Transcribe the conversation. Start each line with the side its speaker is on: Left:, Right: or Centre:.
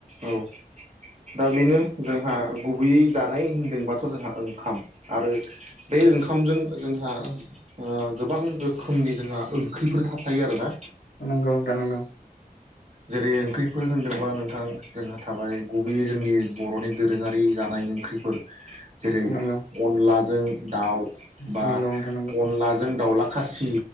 Right: औ दा बेनो जोंहा गुबैयै जानाय होनदोंबाथ' जोंहा ओंखाम आरो बे ओंखामजों जोंहा ओ गोबां रोखोमनि जोंहा ओंख्रिफोर थाफायो आरो ना।
Left: नोंगौ नोंथां नोंगौ।
Right: जेरै ओंख्रिफोर होनदोंबा नोंथां जोंहा थाबाय गुबैयै जोंनि बर'नि दोरोङारि जानाय ओंख्रि ओंख्रिफोर जेरै
Left: नंगौ
Right: अनलाजों दाउ। बा
Left: नंगौ नोंथां
Right: अनलाजों दाउला खासि।